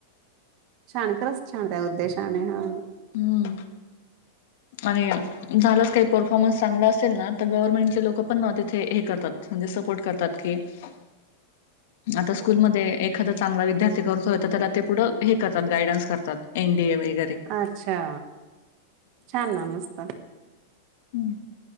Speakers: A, on the right; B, on the left.
A: छान खरच <unintelligible> उद्दशाानय हा
B: हम्म आणि झालंच काही परफॉर्मन्स चांगल असेल ना तर गव्हरमेंट ची लोक सुद्धा हे करता म्हंजे सपोर्ट करतात <inaudible> की <inaudible> एखादा चांगला विद्यार्थी करतोय त पुढ हे करतात गयडन्स करतात एनडी <unintelligible>
A: अच्छा छानना मस्त!
B: हम्म.